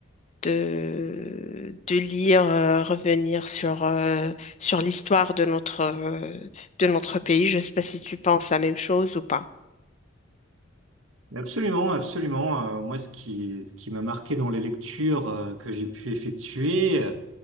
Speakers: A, on the left (about 35°); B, on the right (about 70°).
A: de, de lire, euh, revenir sur, euh, sur l'histoire de notre, euh, de notre pays. Je ne sais pas si tu penses la même chose ou pas.
B: Absolument, absolument. Euh, moi, ce qui, ce qui m'a marqué dans les lectures euh, que j'ai pu effectuer, euh,